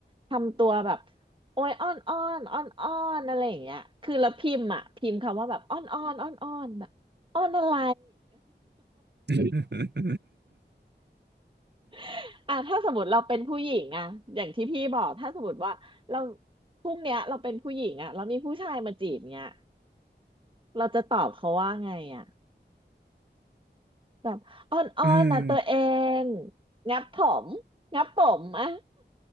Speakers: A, on the right; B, on the right.
A: ทำตัวแบบโอ้ยอ้อนอ้อนอ้อนอ้อนอะไรอย่างเงี้ยคือแล้วพิมพ์อ่ะพิมพ์คำว่าแบบอ้อนอ้อนอ้อนอ้อน อ้อนอะไร
B: <laughs>
A: <laughs> อ่ะถ้าสมมติเราเป็นผู้หญิงอ่ะอย่างที่พี่บอกถ้าสมมติว่าเราพรุ่งเนี้ยเราเป็นผู้หญิงอ่ะแล้วมีผู้ชายมาจีบเนี้ยเราจะตอบเขาว่าไงอ่ะแบบอ้อนอ้อนนะตัวเอง
B: อืม
A: งับผมงับผมอ่ะ